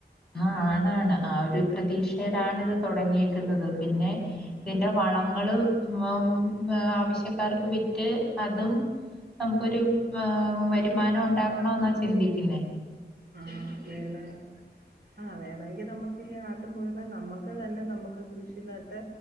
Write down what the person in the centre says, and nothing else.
ആ ആണ് ആണ് ആ ഒരു പ്രതീക്ഷയിലാണ് ഇത് തുടങ്ങിയേക്കുന്നത് പിന്നെ
ഇതിന്റെ വളങ്ങള് വ വേ ആവശ്യക്കാർക്ക് വിറ്റ് അതും നമുക്കൊരു ഏ വരുമാനം ഉണ്ടാക്കണെന്നാ ചിന്തിക്കുന്നെ